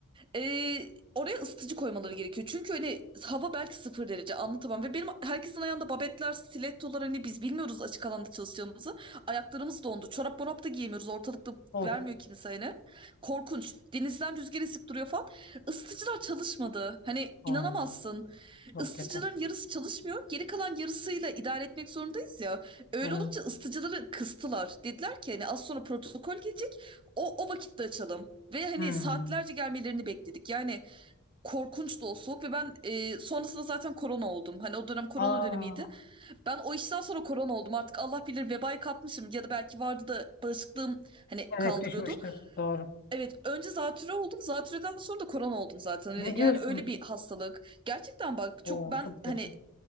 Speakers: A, on the right (about 20°); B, on the left (about 45°).
A: ee, oraya ısıtıcı koymaları gerekiyor. Çünkü hani hava belki sıfır derece anlatamam. Ve benim herkesin ayağında babetler, stilettolar hani biz bilmiyoruz açık alanda çalışacağımızı. Ayaklarımız dondu. Çorap morap da giyemiyoruz. Ortalıkta
B: Of.
A: vermiyor kimse hani. Korkunç. Denizden rüzgar esip duruyor falan. Isıtıcılar çalışmadı. Hani
B: Oo,
A: inanamazsın
B: çok
A: ısıtıcıların
B: kötü.
A: yarısı çalışmıyor. Geri kalan yarısıyla idare etmek zorundayız ya. Öyle
B: Evet.
A: olunca ısıtıcıları kıstılar. Dediler ki hani az sonra protokol gelecek. O, o vakitte açalım. Ve hani
B: Hmm.
A: saatlerce gelmelerini bekledik. Yani korkunç da o soğuk ve ben e, sonrasında zaten korona oldum. Hani o dönem korona
B: Aa,
A: dönemiydi. Ben o işten sonra korona oldum. Artık Allah bilir vebayı kapmışım ya da belki vardı da bağışıklığım hani
B: evet
A: kaldırıyordu.
B: düşmüştür. Doğru.
A: Evet önce zatürre oldum. Zatürreden sonra da korona oldum zaten. Hani,
B: Ne diyorsun?
A: yani öyle bir hastalık. Gerçekten bak
B: Oo,
A: çok ben
B: çok kötü.
A: hani